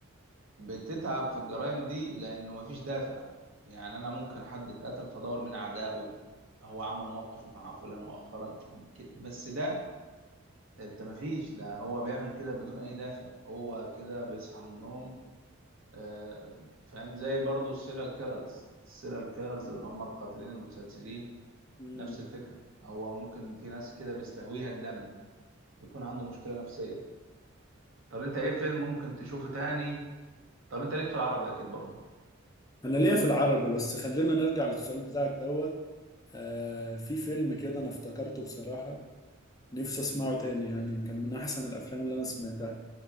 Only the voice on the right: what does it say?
بتتعب في الجرائم دي لأنه مفيش دافع يعني أنا ممكن حد اتقتل فدور من أعدائه هو عمل موقف مع فلان مؤخرا هم كده. بس ده أنت مفيش ده هو بيعمل كده بدون أي دافع هو كده بيصحى من النوم آه، فاهم زي برضه السيريال كيلرز السيريال كيلرز اللي هم القاتلين المتسلسلين
نفس الفكرة هو ممكن في ناس كده بيستهويها الدم بيكون عنده مشكلة نفسية طب انت ايه فيلم ممكن تشوفه تاني طب انت ليك في العربي اكيد برضه